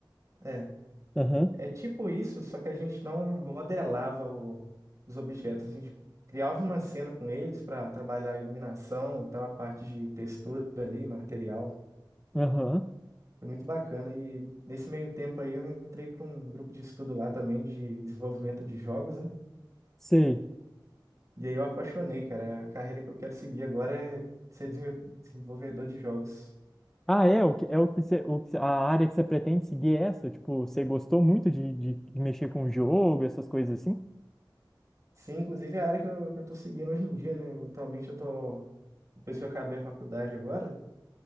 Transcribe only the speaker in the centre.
Aham.
Aham.
Sei.
Ah, é o que é o que você o que você- a área que você pretende seguir é essa? Tipo, você gostou muito de, de, de mexer com o jogo, essas coisas assim?